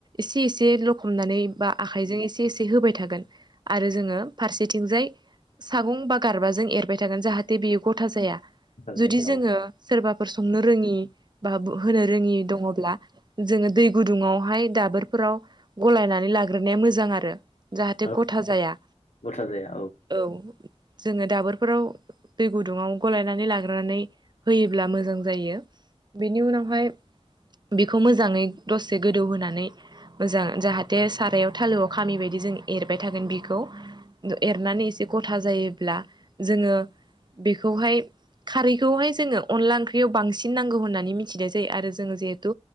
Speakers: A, on the right (about 40°); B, on the left (about 65°).
A: एसे एसे लखमनानै बा आखाइजों एसे एसे होबाय थागोन। आरो जोङो फारसेथिंजाय सागं बा गारबाजों एरबाय थागोन जाहाथ जे बियो गथा जाया
B: जाया
A: जुदि जोङो
B: औ
A: सोरबाफोर संनो रोङि बा बु होनो रोङि दङब्ला जोङो दै गुदुङावहाय दाबोरफोराव गलायनानै लाग्रोनाया मोजां आरो जाहाथे
B: औ
A: ग था जाया
B: गथा जाया
A: औ जोङो दाबोरफोराव दै गुदुङाव गलायनानै लाग्रानानै होयोब्ला मोजां जायो बेनि उनावहाय बेखौ मोजाङै दसे गोदौ होनानै मोजां जाहाथे सारायाव थालोआव खामि बायदि जों एर बाय थागोन बेखौ एरनानै एसे गथा जायोब्ला जोङो बेखौहाय खारैखौहाय जोङो अनला ओंख्रियाव बांसिन नांगौ होननानै मिथिनाय जायो आरो जोङो जिहेथु